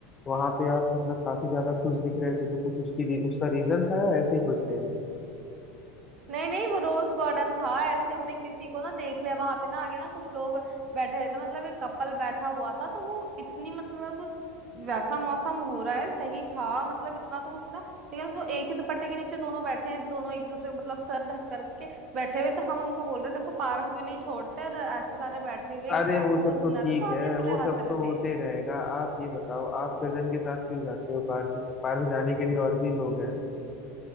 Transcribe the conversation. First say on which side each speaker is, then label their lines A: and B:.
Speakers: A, on the left; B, on the right.
A: वहाँ पे आप मतलब काफी ज्यादा खुश दिख रहे थे तो कुछ उसकी री- उसका रीजन था या ऐसे ही खुश थे
B: नहीं नहीं वो रोज गार्डन था ऐसे हमने किसी को ना देख लिया वहां पे ना आगे ना कुछ लोग बैठे रहते मतलब एक कपल बैठा हुआ था तो वो इतनी मतलब वैसा मौसम हो रहा है सही था मतलब इतना तो कुछ ना लेकिन वो एक ही दुपट्टे के नीचे दोनों बैठे हैं दोनों एक दूसरे को मतलब सर ढक करके बैठे हुए तो हम उनको बोल रहे देखो पार्क भी नहीं छोड़ते और ऐसे सारे बैठे हुए
A: अरे
B: कि पार्क
A: वो
B: में
A: सब
B: सब घूमना
A: तो ठीक
B: था तो
A: है
B: हम इसलिए
A: वो सब
B: हंस रहे
A: तो
B: थे
A: होते ही रहेगा आप ये बताओ आप कजन के साथ क्यों जाते हो पार्क पार्क जाने के लिए और भी लोग हैं